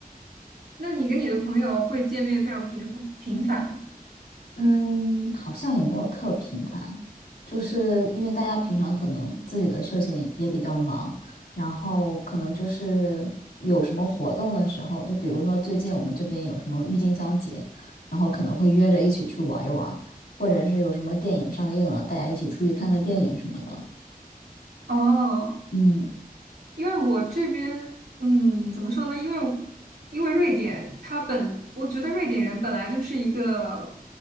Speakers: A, on the right; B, on the left.
A: 那你跟你的朋友会见面非常频频繁吗？
B: 嗯，好像也没有特频繁，就是因为大家平常可能自己的事情也比较忙，然后可能就是有什么活动的时候，就比如说最近我们这边有什么郁金香节，然后可能会约着一起去玩一玩，或者是有什么电影上映了，大家一起出去看个电影什么的。
A: 哦，
B: 嗯
A: 因为我这边，嗯，怎么说呢？因为因为瑞典，它本我觉得瑞典人本来就是一个